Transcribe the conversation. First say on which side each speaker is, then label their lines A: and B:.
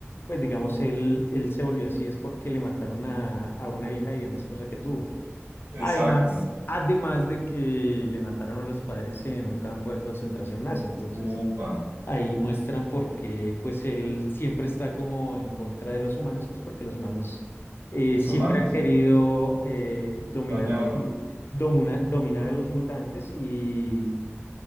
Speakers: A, on the left (about 55°); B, on the right (about 80°).
A: pues digamos, él, él se volvió así es porque le mataron a, a una hija y a una esposa que tuvo.
B: Exacto.
A: Además, además de que le mataron a los padres en un campo de concentración nazi, entonces
B: Upa,
A: Ahí muestran por qué, pues él siempre está como en contra de los humanos, pues porque los humanos eh,
B: son
A: siempre
B: malos,
A: han querido eh, dominar
B: dañarlo.
A: a los, mu- domina- dominar a los mutantes y,